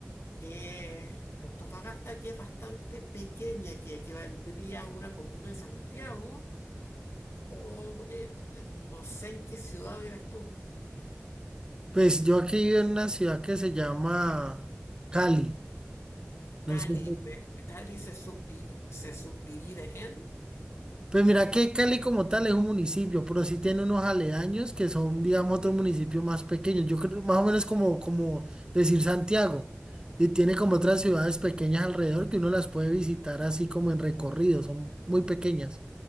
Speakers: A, on the left; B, on the right.
A: que Antofagasta, que es bastante pequeña, que equivaldría a una comuna de Santiago, o eh, no sé en qué ciudad vives tú.
B: Pues yo aquí vivo en una ciudad que se llama Cali. No
A: Cali,
B: sé si
A: eh, Cali se subdivi- se subdivide en
B: Pues mira que Cali como tal es un municipio, pero sí tiene unos aledaños que son, digamos, otro municipio más pequeño. Yo creo más o menos como, como decir Santiago. Y tiene como otras ciudades pequeñas alrededor que uno las puede visitar así como en recorrido, son muy pequeñas.